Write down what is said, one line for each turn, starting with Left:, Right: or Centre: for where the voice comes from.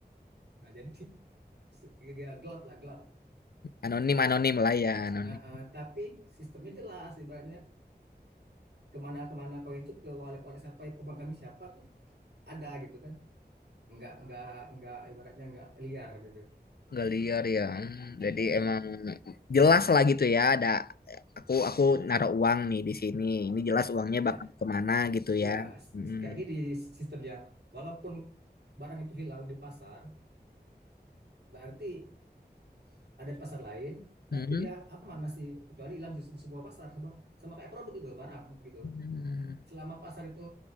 Right: Nah, jadi <laughs> se- ya gelap lah gelap.
Left: Anonim anonim lah ya anonim.
Right: Nah, eh, tapi sistemnya jelas ibaratnya kemana-kemana koin itu ke wallet-wallet siapa pemegang siapa tuh ada gitu kan nggak nggak nggak ibaratnya nggak liar gitu
Left: Nggak liar ya. Hmm, Jadi
Right: Mm.
Left: emang jelas lah gitu ya. Ada aku aku naruh uang nih di sini. Ini jelas uangnya
Right: ya
Left: bakal kemana gitu ya.
Right: ya s-
Left: Hmm.
Right: kayak gini sistemnya walaupun barang itu hilang di pasar berarti ada di pasar lain berarti
Left: Hmm.
Right: dia aman masih kecuali hilang di, se- di sebuah pasar sama sama kayak produk itu barang gitu
Left: Hmm,
Right: selama pasar itu